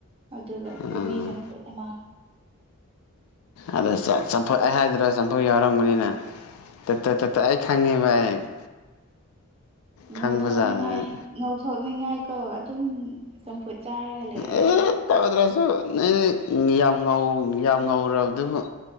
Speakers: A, on the right; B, on the left.
A: ꯑꯗꯨꯒ
B: ꯎꯝ
A: ꯀꯣꯕꯤ ꯆꯝꯐꯨꯠ ꯑꯃ
B: ꯑꯗ ꯆꯝ ꯆꯝꯐꯨꯠ ꯑꯩ ꯍꯥꯏꯗ꯭ꯔꯥ ꯆꯝꯐꯨꯠ ꯌꯥꯎꯔꯝꯒꯅꯤꯅ ꯇꫭ ꯇꫭ ꯇꫭ ꯇꫭ ꯑꯩ ꯈꯪꯉꯦꯕ ꯑꯩ <inaudible>
A: ꯉꯧꯊꯣꯛꯅꯤꯡꯉꯥꯏ
B: ꯈꯪꯕꯖꯥꯠꯅꯦ
A: ꯉꯧꯊꯣꯛꯅꯤꯡꯉꯥꯏ ꯀꯣ ꯑꯗꯨꯝ ꯆꯝꯐꯨꯠ ꯆꯥꯔꯒ ꯂꯩꯔꯦ
B: ꯑꯦ
A: ꯑꯩ
B: ꯇꯧꯗ꯭ꯔꯁꯨ ꯅꯦ ꯌꯥꯝ ꯉꯧ ꯌꯥꯝ ꯉꯧꯔꯕꯗꯨꯕꯨ